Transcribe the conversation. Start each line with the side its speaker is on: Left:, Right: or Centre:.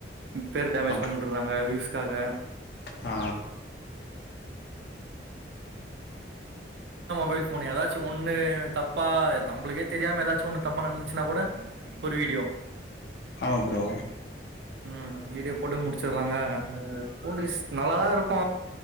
Right: பேர டேமேஜ்
Left: அப்
Right: பண்ணி வுட்டுறாங்க வியுஸ் க்காக
Left: ஆ
Right: பைல் ஃபோன் எதாச்சு ஒண்ணு தப்பா நம்ளுக்கே தெரியாம எதாச்சு ஒண்ணு தப்பா நடந்து ச்சுனா கூட ஒரு வீடியோ
Left: ஆமா ப்ரோ
Right: ம், வீடியோ போட்டு முடிச்சிட்றாங்க அ போலீஸ் நல்லாதாருக்கு